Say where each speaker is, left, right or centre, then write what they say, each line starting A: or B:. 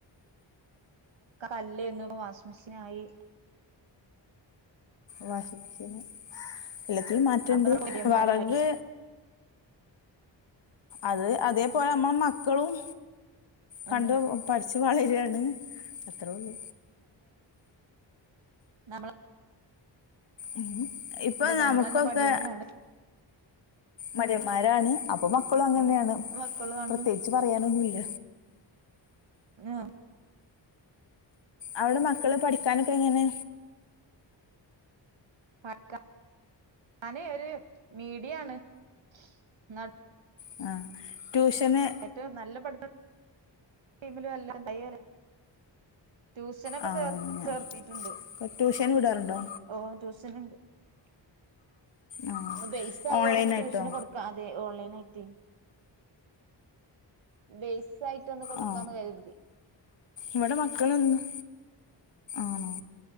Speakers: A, on the right (about 75°); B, on the left (about 65°).
A: കല്ല് <unintelligible> വാഷിമെഷീൻ ആയി
B: വാഷിമെഷ്യനും എല്ലാത്തിലും മാറ്റമുണ്ട്
A: അപ്പൊ നമ്മള് മടിയന്മാരായി
B: വെറക് അത് അതെ പോലെ നമ്മടെ മക്കളും കണ്ടു
A: അതെ
B: <unintelligible> <unintelligible> അത്രേ ഉള്ളു
A: നമ്മ
B: ഉം ഇപ്പൊ നമ്മുക്ക്
A: നമ്മളന്നെ
B: ഒക്കെ
A: മടിയന്മാരാണ്
B: മടിയമാരാണ് അപ്പൊ മക്കളും അങ്ങനെയാണ്
A: ഉം മക്കളാണ്
B: പ്രത്യേകിച്ച് പറയാൻ ഒന്നുമില്ല
A: ആഹ്
B: അവിടെ മക്കള് പഠിക്കാൻ ഒക്കെ എങ്ങനെ
A: ആർക്കാ <unintelligible> ഒരു മീഡിയം ആണ് <unintelligible>
B: ആ ട്യൂഷന്
A: ഏറ്റവും നല്ല പഠിത്തം <unintelligible> <unintelligible> ട്യൂഷന് ഒക്കെ
B: ആ അങ്ങനെ
A: ചേർത്തിയിട്ടുണ്ട്
B: ഇപ്പോൾ ട്യൂഷൻ വിടാറുണ്ടോ
A: ഓ ട്യൂ <unintelligible>
B: ആ
A: ഒന്ന് ബേസാകുവൊളവൊന്ന്
B: ഓൺലൈനായിട്ടോ
A: ട്യൂഷന് കൊടുക്കാം അതെ ഓൺലൈനായിട്ടെ ബേയ്സായിട്ടൊന്ന് കൊടുക്കാന്ന്
B: ആ
A: കരുതി
B: ഇവിടെ മക്കളൊന്നും ആണോ